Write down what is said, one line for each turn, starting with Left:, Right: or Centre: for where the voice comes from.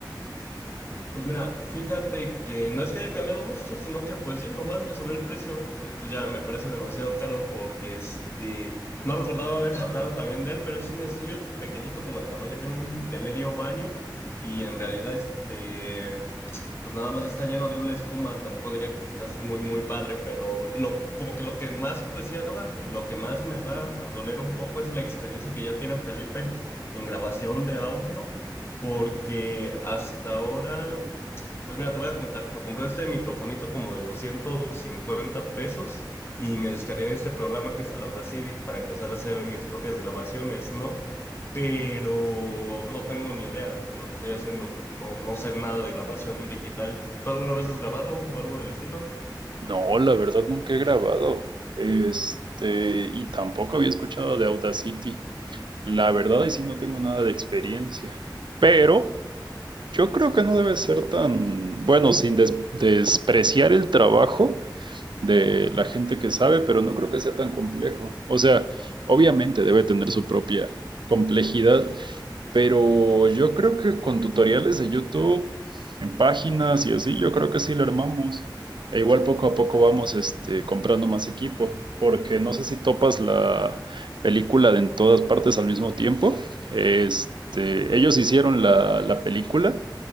Left: Pues mira, fíjate que no es que haya cambiado mucho, sino que pues sí, nomás le subió el precio. Entonces pues ya me parece demasiado caro porque este, no recordaba haber <laughs> hablado también de él, pero es un estudio pequeñito como del tamaño de un, de medio baño y en realidad este, pues nada más está lleno de una espuma, tampoco diría que está así muy, muy padre, pero lo, como que lo que más apreciaba y lo que más me va a doler un poco es la experiencia que ya tiene Felipe en grabación de audio, porque hasta ahora, pues mira, te voy a comentar, me compré este microfonito como de 250 pesos. Y me descargué este programa que es el Audacity para empezar a hacer mis propias grabaciones, ¿no? pero no tengo ni idea de lo que estoy haciendo. No, no sé nada de grabación digital. ¿Tú alguna vez has grabado o algo del estilo?
Right: No, la verdad nunca he grabado. Este, y tampoco había escuchado de Audacity. La verdad, ahí sí no tengo nada de experiencia. Pero yo creo que no debe ser tan, bueno, sin des- despreciar el trabajo, de la gente que sabe, pero no creo que sea tan complejo. O sea, obviamente debe tener su propia complejidad, pero yo creo que con tutoriales de YouTube, en páginas y así, yo creo que sí lo armamos. E igual poco a poco vamos este, comprando más equipo, porque no sé si topas la película de en todas partes al mismo tiempo. Este, ellos hicieron la, la película